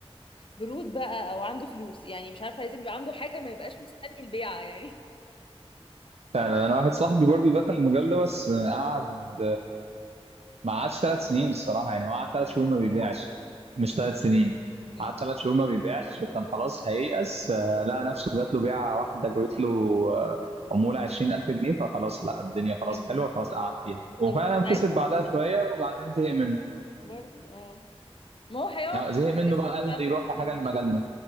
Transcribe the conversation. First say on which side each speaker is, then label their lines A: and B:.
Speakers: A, on the left; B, on the right.
A: برود بقى او عنده فلوس يعني مش عارفه لازم يبقى عنده حاجه ما يبقاش مستني البيعه يعني
B: فعلا انا واحد صاحبي برضو دخل المجال ده بس قعد ما قعدش ثلاث سنين الصراحه يعني هو قعد
A: <laughs>
B: ثلاث شهور ما بيبيعش مش ثلاث سنين
A: امم
B: قعد ثلاث شهور ما بيبيعش وكان خلاص هييأس آه، لقى نفسه جات له بيعه واحده جابت له آه، عموله 20000 جنيه فخلاص لا الدنيا خلاص
A: كمل
B: حلوه
A: بقى
B: خلاص قعد فيها وفعلا
A: طب وفي
B: كسب
A: ساعتها
B: بعدها شويه وبعدين زهق منه
A: برضه اه ما هو هيقعد
B: آه، زهق
A: بقى
B: منه
A: يصرف
B: بقى قال
A: بقى
B: لي
A: في
B: روح
A: الفلوس
B: لحاجه
A: دي
B: لمجالنا